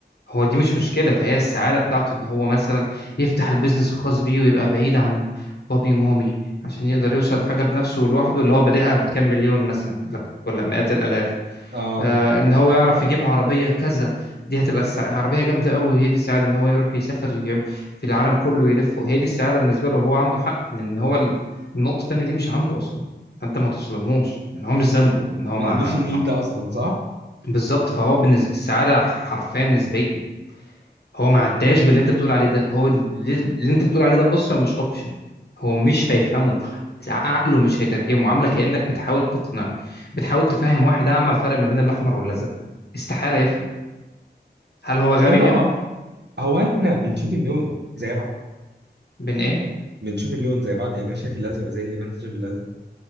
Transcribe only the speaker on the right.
اه
ما
عندوش النيد
ده اصلا صح؟
تصدق
اه هو احنا بنشوف اللون زي بعض
بنشوف اللون زي بعض يعني انا شايف الازرق زي ما انت شايف الازرق